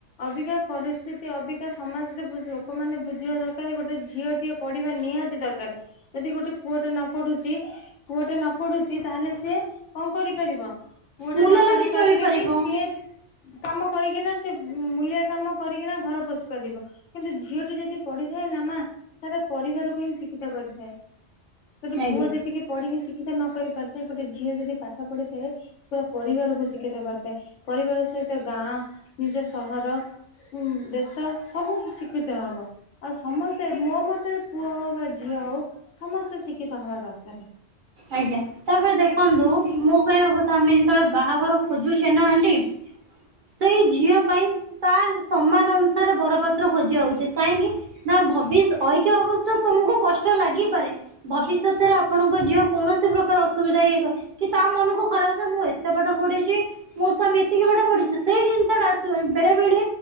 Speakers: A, on the left; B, on the right.
A: ଅବିକା ପରିସ୍ଥିତି ଅବିକା ସମାଜରେ ବହୁତ ଲୋକମାନେ ବୁଝିବା ଦରକାର ଗୋଟେ ଝିଅଟିଏ ପଢିବା ନିହାତି ଦରକାର। ଯଦି ଗୋଟେ ପୁଅଟେ ନପଢୁଛି ପୁଅଟେ ନପଢୁଛି ତାହେଲେ ସିଏ କଣ କରି ପାରିବ ପୁଅଟେ
B: ମୂଲ
A: ନପଢି
B: ଲାଗି
A: ପାରିଲେବି
B: ଚଳେଇ ପାରିବ
A: ସିଏ କାମ କରିକିନା ସେ ମୂଲିଆ କାମ କରିକିନା ଘର ପୋଷି ପାରିବ। କିନ୍ତୁ ଝିଅଟି ଯଦି ପଢିଥାଏନା ମା ସାରା ପରିବାରକୁ ହିଁ ଶିକ୍ଷିତ କରିଥାଏ ଗୋଟେ
B: ଆଜ୍ଞା
A: ପୁଅ ଯେତିକି ପଢିକି ଶିକ୍ଷିତ ନ କରିପାରିଥାଏ ଗୋଟେ ଝିଅ ଜଦି ପାଠ ପଡିଥାଏ ସେ ପୁରା ପରିବାରକୁ ଶିକ୍ଷିତ କରିଥାଏ ପରିବାର ସହିତ ଗାଁ ନିଜ ସହର ହୁଁ ଦେଶ ସବୁ ଶିକ୍ଷିତ ହବ। ଆଉ ସମସ୍ତେ ମୋ ମତରେ ପୁଅ ହଉବା ଝିଅହଉ ସମସ୍ତେ ଶିକ୍ଷିତ ହବା ଦରକାରେ।
B: ଆଜ୍ଞା ତାପରେ ଦେଖ ଦେଖନ୍ତୁ ମୁଁ କହିବା କଥା ଆମେ ଯେତେବେଳେ ବାହାଘର ଖୋଜୁଛେ ନା ଆଣ୍ଟି ସେଇ ଝିଅ ପାଇଁ ତା ସମାନ ଅନୁସାରେ ବର ପାତ୍ର ଖୋଜିବା ଉଚିତ କାହିଁକି? ନା ଭବିଷଐକ ଅବସ୍ାରେ ତମକୁ କଷ୍ଟ ଲାଗିପାରେ ଭବିଷ୍ୟତରେ ଆପଣଙ୍କ ଝିଅ କୌଣସି ପ୍ରକାର ଅସୁବିଧା ହେଇ କି ତା ମନକୁ ଖରାପ ମୁଁ ଏତେ ପାଠ ପଢିଛି ମୋ ସ୍ବାମୀ ଏତିକି ପାଠ ପଢିଛି। ସେଇ ଜିନିଷ ଟା ଆସିବ ବେଳେବେଳେ